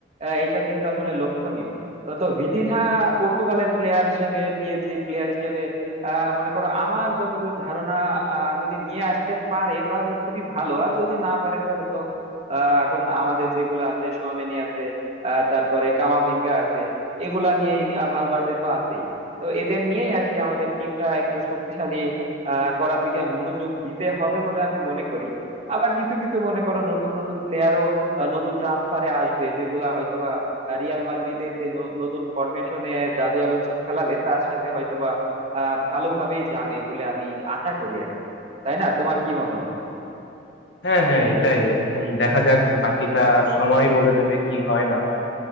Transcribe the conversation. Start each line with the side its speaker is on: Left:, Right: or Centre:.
Right: আহ, এটা কিন্তু আসলে লক্ষণীয় তো তো ভিতিনা পর্তুগালের প্লেয়ার হিসেবে পিএসজি প্লেয়ার হিসেবে আহ, মনে করো আমার যতদূর ধারণা আহ, যদি নিয়ে আসতে পারে তাহলে খুবই ভালো আর যদি না পারে তাহলে তো আহ, এখন আমাদের যেগুলো আছে সোয়ামেনি আছে আহ, তারপরে কামাভিঙ্গা আছে এগুলা নিয়েই আহ, ভালভার্দে তো আছেই তো এদের নিয়েই আর কি আমাদের টিমটা একটু শক্তিশালী আহ, করার দিকে মনোযোগ দিতে হবে বলে আমি মনে করি আবার কিছু কিছু মনে করো নতুন নতুন প্লেয়ারও নতুন ট্রান্সফারে আসবে যেগুলা হয়তোবা আহ, রিয়াল মাদ্রিদের যে ন- নতুন ফরমেশনে জাভি আলোনসো খেলাবে তার সাথে হয়তোবা আহ ভালোভাবেই যাবে বলে আমি আশা করি আর কি তাই না তোমার কি মতামত
Left: হ্যাঁ হ্যাঁ এটাই এখন দেখা যাক বাকিটা সময় বলে দেবে কি হয় না হয়